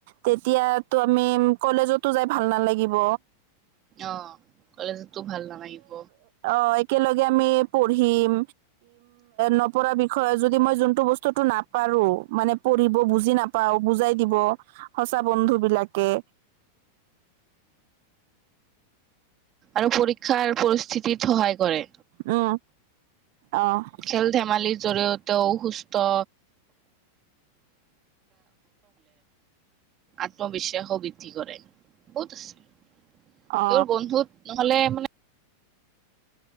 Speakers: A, on the right; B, on the right.
A: তেতিয়াতো আমি কলেজতো যায় ভাল নালাগিব।
B: অঁ' কলেজতো ভাল নালাগিব।
A: অঁ' একেলগে আমি পঢ়িম। নপঢ়াৰ বিষয়ে যদি মই যোনটো বস্তুটো নাপাৰো মানে পঢ়িব বুজি না পাওঁ বুজাই দিব সঁচা বন্ধু বিলাকে।
B: আৰু পৰীক্ষাৰ পৰিস্থিতিত সহায় কৰে।
A: উমঁ' অহ'।
B: খেল ধেমালিৰ জৰিয়তেও সুস্থ আত্মবিশ্বাস বৃদ্ধি কৰে, বহুত আছে।
A: অ
B: তেওঁৰ বন্ধুত নহ'লে মানে